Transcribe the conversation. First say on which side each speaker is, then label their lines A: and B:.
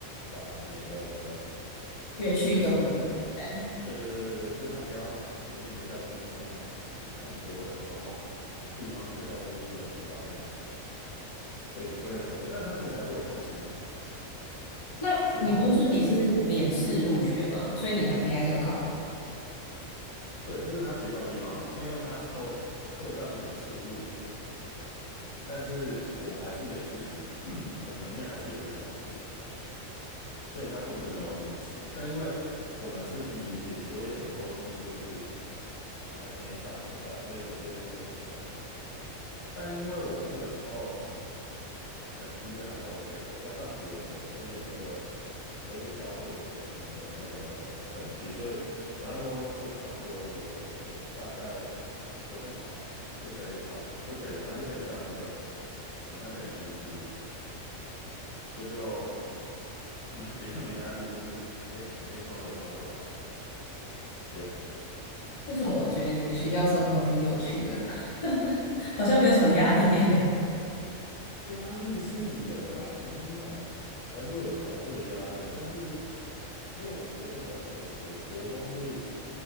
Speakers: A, on the left; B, on the left.
A: 把每个县市的那个，
B: 乐区都有人这样。
A: 对对对对对，就是他不要让明星学校一直都那么那么多人，然后地方学校就是人很少这样子，所以推了很多，但他其实还是有考试啊，
B: 那你不是说你是免试入学吗？
A: 只是他的，
B: 所以你还你还是有考。
A: 对，这就是他奇怪的地方哦，因为他说这个叫免试入学，但是我们还是有，其实 <clears throat> 我们里面还是有一个考试。所以他根本就没有免试。但因为我们是第一届，所以很多东西就是还没上轨道，所以有些东西就不算。但因为我那个时候成绩是还 OK，加上我本身有那个有一些校队的得名的那个成绩，所以我那时候就算过，我大概随便考就可以考，就可以，反正就可以上那个我们那边的第一志愿，所以就没 <laughs> 比较没压力，就是诶很轻松的，然后就考上了。这样
B: 为什么我觉得你的学校生活挺有趣的，<laughs> 好像没有什么压力耶？
A: 压力是有啦，就是那种还是会有考试的压力，但是因为我国中比较特殊，我国中是